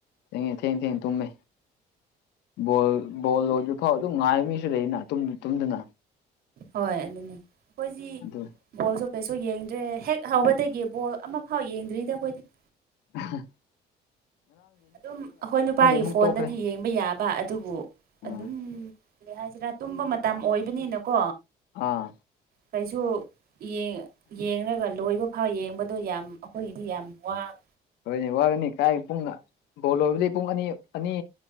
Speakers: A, on the left; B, on the right.
A: ꯊꯦꯡꯉ‌ꯦ ꯊꯦꯡ ꯊꯦꯡ ꯇꯨꯝꯃꯦ ꯕꯣꯜ ꯕꯣꯜ ꯂ‌ꯣꯏꯗ꯭ꯔꯤꯐꯥꯎ ꯑꯗꯨꯝ ꯉꯥꯏꯕ ꯃꯤꯁꯨ ꯂꯩꯅꯥ ꯇꯨꯝ ꯇꯨꯝꯗꯅ
B: ꯍꯣꯏ ꯑꯗꯨꯅꯦ ꯈꯣꯏꯖꯤ
A: ꯑꯗꯨ
B: ꯕꯣꯜꯁꯨ ꯀꯩꯁꯨ ꯌꯦꯡꯗ꯭ꯔꯦ ꯍꯦꯛ ꯍꯧꯕꯗꯒꯤ ꯕꯣꯜ ꯑꯃ ꯐꯥꯎ ꯌꯦꯡꯗ꯭ꯔꯤꯗ ꯑꯈꯣꯏꯗꯤ
A: ꯑ
B: ꯑꯗꯨꯝ ꯑꯈꯣꯏ ꯅꯨꯄꯥꯒꯤ
A: ꯑꯃꯨꯛ
B: ꯐꯣꯟꯗꯗꯤ
A: ꯇꯣꯛꯈ꯭ꯔꯦ
B: ꯌꯦꯡꯕ ꯌꯥꯕ ꯑꯗꯨꯕꯨ
A: ꯎꯝ
B: ꯑꯗꯨꯝ ꯀꯔꯤ ꯍꯥꯏꯁꯤꯔꯥ ꯇꯨꯝꯕ ꯃꯇꯝ ꯑꯣꯏꯕꯅꯤꯅꯀꯣ
A: ꯑꯥ
B: ꯀꯩꯁꯨ ꯌꯦꯡ ꯌ‌ꯦꯡꯔꯒ ꯂꯣꯏꯕ ꯐꯥꯎ ꯌꯦꯡꯕꯗꯣ ꯌꯥꯝ ꯑꯈꯣꯏꯒꯤꯗꯤ ꯌꯥꯝ ꯋꯥꯡ
A: ꯍꯣꯏꯅ‌ꯦ ꯋꯥꯒꯅꯤ ꯀꯥꯏ ꯄꯨꯡ ꯕꯣꯜ ꯂꯣꯏꯕꯗꯤ ꯄꯨꯡ ꯑꯅꯤ ꯑꯅꯤ